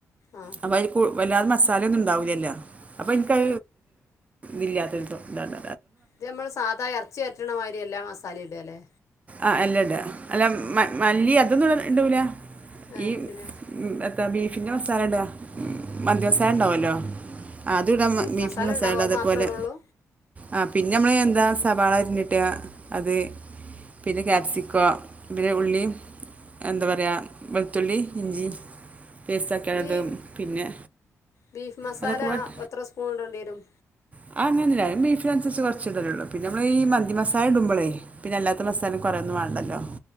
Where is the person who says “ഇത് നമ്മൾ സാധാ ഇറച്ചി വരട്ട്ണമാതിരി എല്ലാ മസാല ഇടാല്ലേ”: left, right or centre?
Left